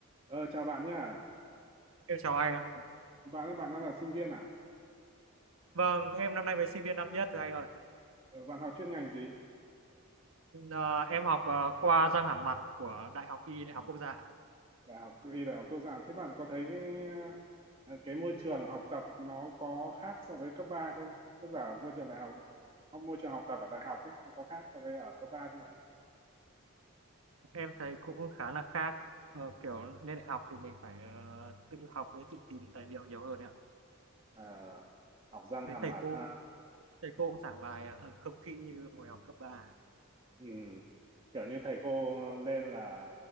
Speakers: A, on the right; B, on the right.
A: Ờ, chào bạn nhá.
B: Em chào anh ạ.
A: Bạn ơi, bạn đang là sinh viên à?
B: Vâng, em năm nay mới sinh viên năm nhất rồi anh ơi.
A: Ờ, bạn học chuyên ngành gì?
B: Ờ, em học ờ, khoa răng hàm mặt của Đại học Y, Đại
A: À,
B: học Quốc gia.
A: Đại học Y, Đại học Quốc gia. Thế bạn có thấy cái, ờ, cái môi trường học tập nó có khác so với cấp 3 không? Tức là môi trường đại học, môi trường học tập ở đại học ấy, nó có khác so với ở cấp ba không bạn nhỉ?
B: Em thấy cũng khá là khác. Ờ, kiểu lên đại học thì mình phải ờ, tự học với tự tìm tài liệu nhiều hơn ấy ạ.
A: Ờ, học răng
B: Với
A: hàm
B: thầy
A: mặt
B: cô,
A: ha.
B: thầy cô cũng giảng bài ờ, không kỹ như hồi học cấp ba
A: Ừ. Kiểu như thầy cô lên là